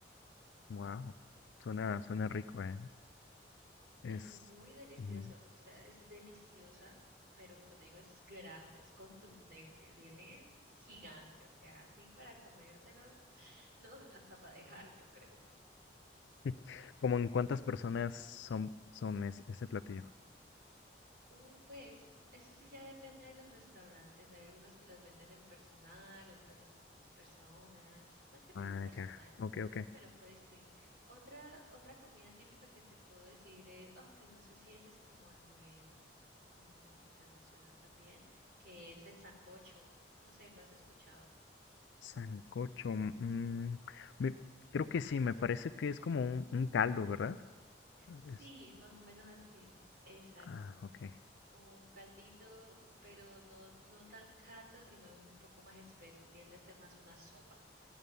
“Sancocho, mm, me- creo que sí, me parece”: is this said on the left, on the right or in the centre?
Left